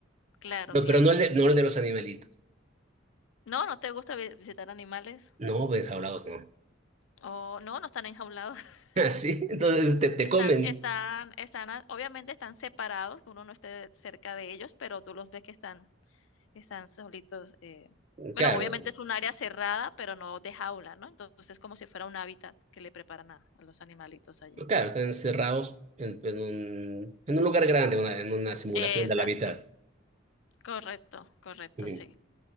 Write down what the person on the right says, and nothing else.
No,
pero no el de, no el de los animalitos.
No, enjaulados no.
<laughs> Así, entonces te, te
comen.
Claro,
claro, están encerrados en, en un, en un lugar grande, una- en una simulación
de la vida.
Ujú.